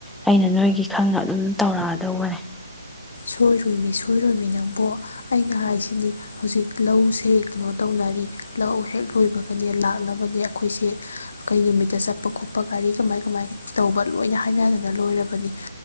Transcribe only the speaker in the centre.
ꯑꯩꯅ ꯅꯣꯏꯒꯤ ꯈꯪꯅ ꯑꯗꯨꯝ ꯇꯧꯔꯛꯑꯗꯧꯕꯅꯦ